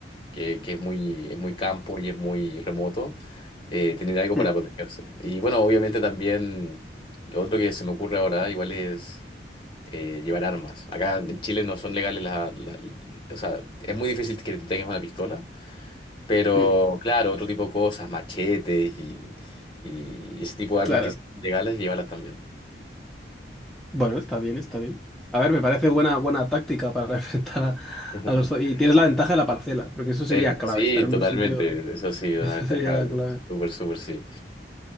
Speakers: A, on the left; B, in the centre.
A: que, que es muy, es muy campo y es muy remoto, eh, tener algo
B: Mm,
A: para protegerse. Y bueno, obviamente también lo otro que se me ocurre ahora igual es eh, llevar armas. Acá en Chile no son legales las... la- la- o sea, es muy difícil que tengas una pistola, pero
B: mm,
A: claro, otro tipo de cosas, machetes y, y ese tipo de
B: Claro.
A: armas que sí son legales, llevarlas también.
B: Bueno, está bien, está bien. A ver, me parece buena, buena táctica para <laughs> enfrentar a,
A: <laughs>
B: a los... Y tienes la ventaja de la parcela, porque eso sería
A: Eh,
B: clave,
A: sí,
B: estar en
A: totalmente.
B: un sitio, eh,
A: Eso
B: <laughs>
A: sí, una
B: eso
A: ventaja
B: sería la clave.
A: súper, súper, sí.